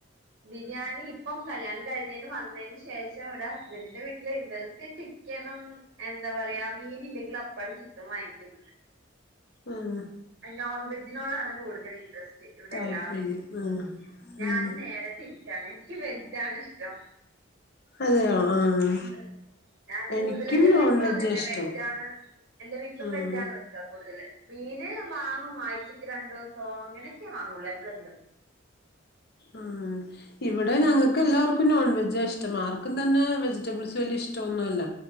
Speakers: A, on the right (about 55°); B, on the left (about 55°).
A: ബിരിയാണി ഇപ്പം കല്യാണം കഴിഞ്ഞേന് വന്നേന് ശേഷം ഇവിടെ ഹസ്ബന്റിന്റെ വീട്ടില് ഇവർക്ക് ചി ക്കനും എന്താ പറയാ മീനില്ലെങ്കിൽ അപ്പാട് ചിക്കം വാങ്ങിക്കും.
B: ആഹ്.
A: നോൺ വെജിനോടാണ് കൂടുതൽ ഇൻട്രസ്റ്റ് ഇവിടെല്ലാർക്കും
B: താല്പര്യം ആഹ്
A: ഞാന്
B: ഉം
A: നേരെ. തിരിച്ചാണ് എനിക്ക് വെജ്ജാണിഷ്ടം.
B: അതെയോ ആഹ്.
A: ഏഹ് ഞാന് കൂടുതലും
B: എനിക്കും
A: എന്റെ വീട്ടിലും
B: നോൺ വെജാ
A: അങ്ങനെന്നെ
B: ഇഷ്ടം
A: വെജ്ജാണ് എന്റെ വീട്ടിലും
B: ഉം
A: വെജാണ് വെ ക്ക കൂടുതല് മീന് വാങ്ങും ആഴ്ചയ്ക്ക് രണ്ടൂസോ അങ്ങനൊക്കെ വാങ്ങുള്ളൂ എപ്പളെങ്കിലും.
B: ഉം. ഇവടെ ഞങ്ങക്കെല്ലാവർക്കും നോൺ വെജാ ഇഷ്ടം ആർക്കും തന്നെ വെജിറ്റബിൾസ് വലിയ ഇഷ്ട്ടൊന്നു അല്ല.